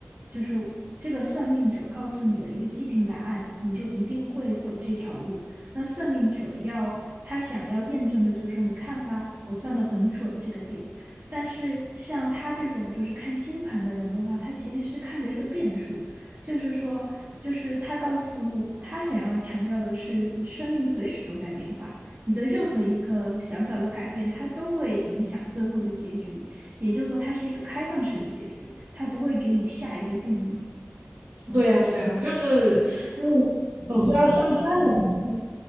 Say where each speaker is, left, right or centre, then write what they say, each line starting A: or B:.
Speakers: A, on the right; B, on the right.
A: 就是这个算命者告诉你了一个既定答案，你就一定会走这条路。那算命者要他想要验证的就是说，你看吧，我算的很准这个点。但是像他这种就是看星盘的人的话，他其实是看的一个变数。就是说，就是他告诉他想要强调的是，生命随时都在变化，你的任何一个小小的改变，它都会影响最后的结局。也就是说，它是一个开放式的结局，它不会给你下一个定律。嗯
B: 对呀，对呀，就是，嗯，总是要向善的嘛。